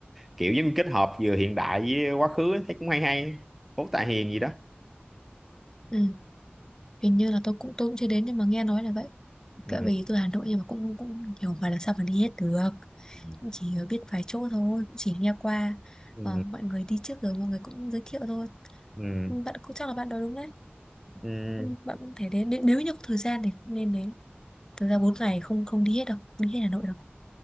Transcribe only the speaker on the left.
ừ. hình như là tôi cũng tôi cũng chưa đến nhưng mà nghe nói là vậy
cỡ về từ Hà Nội nhưng mà cũng cũng hiểu phải là sao mà đi hết được
Cũng chỉ biết vài chỗ thôi cũng chỉ nghe qua
Ờ, mọi người đi trước rồi mọi người cũng giới thiệu thôi
Ừ, bạn cũng chắc là bạn nói đúng đấy
Ừ, bạn cũng thể đến nếu nếu như có thời gian thì cũng nên đến thực ra bốn ngày không không đi hết đâu đi hết Hà Nội đâu